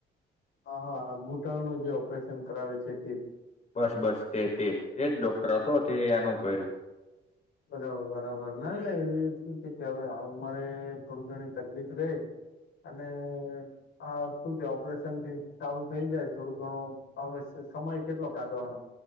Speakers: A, on the left (about 70°); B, on the left (about 35°).
A: હા હા આ બૂટાળણ નું જે ઓપરેશન કરાવે છે હમ
B: બસ બસ તે તે જ તે જ ડોક્ટર હતો તે એનું કર્યું
A: બરાબર બરાબર ના એવી શું કે હવે આવ મારે થોડું ઘણી તકલીફ રહે અને આ શું છે ઓપરેશનથી સારું થઈ જાય થોડો ઘણો હ સમય કેટલો કાઢવાનો